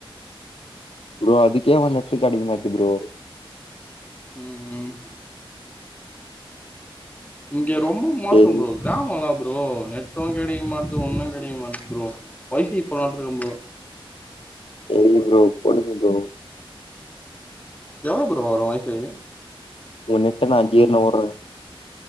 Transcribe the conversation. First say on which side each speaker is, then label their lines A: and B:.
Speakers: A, on the left (about 80°); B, on the left (about 15°).
A: ப்ரோ அதுக்கே வந் நெட்டு கெடைக்க மாட்து ப்ரோ
B: ம் ம் இங்க ரொம்ப மோசோ
A: சரி
B: ப்ரோ கிராமோ எல்லா <unintelligible> ப்ரோ நெட்டு கெடைக்க மாட்து ஒன்னு கெடைக்க மாட்து ப்ரோ ஒய்ஃபை போலான்ட்ருக்கே ப்ரோ
A: செரி ப்ரோ போடுங்க ப்ரோ
B: எவ்ளோ ப்ரோ வரு ஒய்ஃபையி
A: ஒரு நெட்டுனா அஞ்சு <unintelligible> ஓட்றதுங்